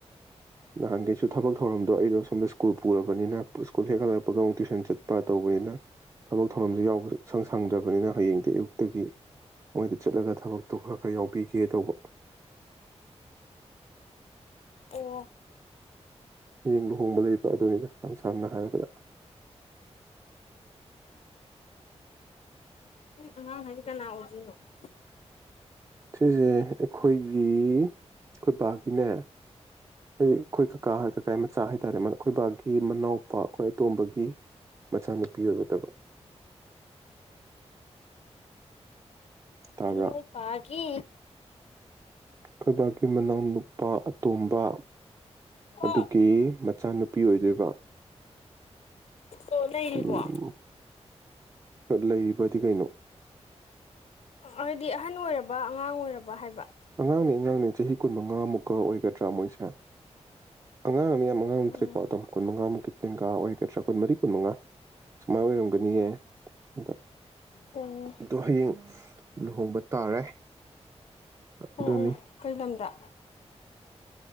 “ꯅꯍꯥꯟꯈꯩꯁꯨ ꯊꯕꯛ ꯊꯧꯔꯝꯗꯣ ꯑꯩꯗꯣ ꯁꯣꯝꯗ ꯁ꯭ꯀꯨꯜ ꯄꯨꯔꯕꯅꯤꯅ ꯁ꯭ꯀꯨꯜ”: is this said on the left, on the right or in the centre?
Right